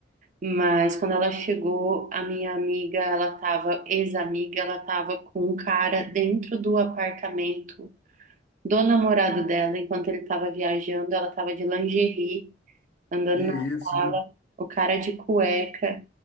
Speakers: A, on the right; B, on the left.
A: Mas quando ela chegou, a minha amiga, ela tava, ex-amiga, ela tava com um cara dentro do apartamento do namorado dela, enquanto ele tava viajando, ela tava de lingerie, andando
B: Que
A: na
B: isso,
A: sala,
B: hein?
A: o cara de cueca.